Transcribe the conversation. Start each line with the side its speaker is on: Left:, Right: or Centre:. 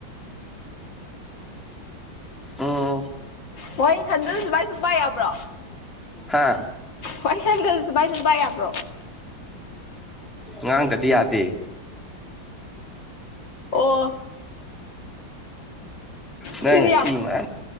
Centre: ꯎꯝ
Left: ꯆꯥꯔꯤ ꯁꯟꯗ꯭ꯔꯖꯨ ꯁꯨꯃꯥꯏ ꯁꯨꯡ ꯄꯥꯏ ꯌꯥꯕ꯭ꯔꯣ
Centre: ꯍꯥ
Left: ꯋꯥꯔꯤ ꯁꯟꯗꯁꯨ ꯁꯨꯃꯥꯏꯁꯨꯝ ꯄꯥꯏ ꯌꯥꯕ꯭ꯔꯣ
Centre: ꯉꯥꯡꯗꯗꯤ ꯌꯥꯗꯦ
Left: ꯑꯣ
Centre: ꯅꯪ
Left: ꯁꯤꯗꯤ
Centre: ꯁꯤꯃꯥ